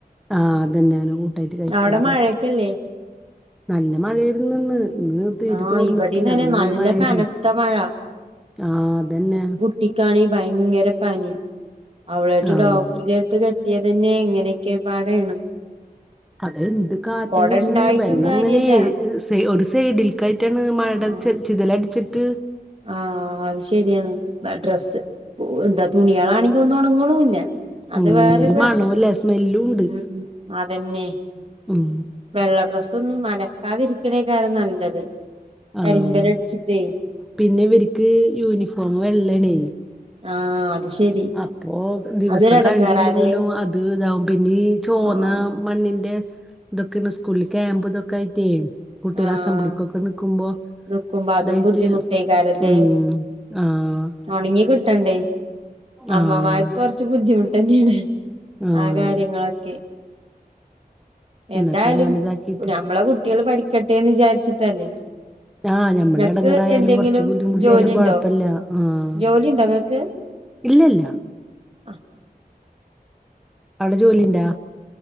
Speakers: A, in the centre; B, on the right (about 40°).
A: ആ അതന്നെ അങ്ങനെ കൂട്ടായിട്ട് കഴിക്കാന്നിണ്ട്
B: അവിടെ മഴയൊക്കെല്ലേ
A: നല്ല മഴായിരുന്നു ഇന്ന് ഇന്ന് തീരെ
B: ആഹ്
A: തോർന്നിട്ടില്ല
B: ഇവിടിം തന്നെ
A: നല്ല മഴയായിരുന്നു.
B: കനത്ത മഴ
A: ആ അതന്നെ
B: കുട്ടിക്കാണേ ഭയങ്കര പനിം അവളു ആയിട്ട്
A: ആഹ്
B: ഡോക്ടറ്ടെ എട്ത്ത്ക്ക് എ ത്തിയത് തന്നെ എങ്ങനെയൊക്കെ പാടേണ്.
A: അതൊ എന്ത് കാറ്റാ
B: കൊട
A: വിശ്ണേ
B: ഇണ്ടായിട്ടും
A: വെള്ളം
B: കാര്യല്ല
A: ഇങ്ങനെ ഒരു സൈഡില്ക്കായിട്ടാണ് മഴേടെ
B: ആഹ്
A: ചെ ചിതലടിച്ചിട്ട്
B: ആഹ് അത് ശരിയാണ് ഡ്രസ്സ് ന്താ തുണികളാണെങ്കി ഒന്നും ഒണങ്ങണുല്ല. അത്
A: ഉം
B: വേറൊരു
A: ഒരു മണോല്ല
B: വശം
A: സ്മെല്ലും ഉണ്ട്
B: മ്മ് മ്മ് അതെന്നെ
A: ഉം
B: വെള്ള ഡ്രസ്സോന്നും അലക്കാതിരിക്ക്ണേക്കാരം നല്ലത്
A: ആഹ്
B: കരിമ്പനടിച്ചിട്ടേ
A: പിന്നെ ഇവര്ക്ക് യൂണിഫോം വെള്ളേണേ.
B: ആഹ് ശരി
A: അപ്പോ ദിവസം
B: അതൊരു എടങ്ങേറാല്ലേ
A: കഴുകയില്ലെങ്കിലും അത് ഇതാവും പിന്നീ ചോന്ന
B: ആഹ്
A: മണ്ണിന്റെ ഇതൊക്കേണ് സ്കൂള്ല് ക്യാമ്പു ഇതൊക്കായിറ്റേ കുട്ട്യാള്
B: ആഹ്
A: അസംബളിക്കൊക്കെ നിക്കുമ്പോ
B: നിക്കുമ്പോ അതും
A: ഇതായിറ്റ്
B: ബുദ്ധിമുട്ടേക്കാരല്ലേ
A: ഉം ആഹ്
B: ഒണങ്ങി കിട്ടണ്ടേ അമ്മമാര്ക്ക്
A: ആഹ്
B: കൊറച്ച് ബുദ്ധിമുട്ടെന്നെയാണ്
A: ആഹ്
B: ആ കാ ര്യങ്ങളൊക്കെ
A: എന്നിട്ട്
B: എന്തായാലും
A: അങ്ങനെ ഇതാക്കിട്ട്
B: ഞമ്മളെ കുട്ട്യേള് പഠിക്കട്ടെന്ന് വിചാരിച്ചിട്ടല്ലേ
A: ആഹ് ഞമ്മളെടങ്ങറായാലും
B: നിങ്ങക്ക് എന്തെങ്കിലും
A: കൊറച്ച് ബുദ്ധിമുട്ടിയാലും
B: ജോലിണ്ടോ
A: കൊഴപ്പല്ല ആഹ്
B: ജോലി ഉണ്ടോ ഇങ്ങക്ക്
A: ഇല്ലല്ല
B: ആ
A: അവടെ ജോലിണ്ടോ?